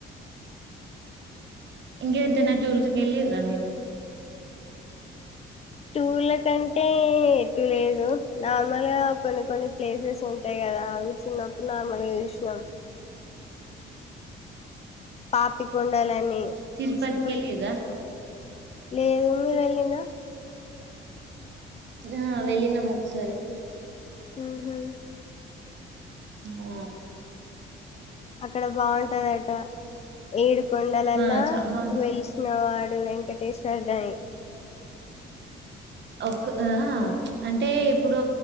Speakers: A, on the right; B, on the left.
A: ఇంకేట నా టూల్స్ వెళ్ళిండ్రా మీరు
B: టూర్ల కంటే ఎటు లేదు నార్మల్ గా కొన్ని కొన్ని ప్లేసెస్ ఉంటాయి కదా అవి చిన్నప్పుడు నార్మల్ గా చూసినాము పాపికొండలని
A: తిరుపతికి
B: స్కూల్
A: వెళ్ళిర్రా
B: లేదు మీరు వెళ్ళిండ్రా
A: ఆ వెళ్లినము ఒకసారి
B: ఉహు
A: ఆ
B: అక్కడ బాగుంటదట ఏడు కొండలల్ల
A: ఆ చ
B: వెలిసిన వాడు డు వెంకటేశ్వర్ డనీ
A: ఒక ఆ అంటే ఇప్పుడు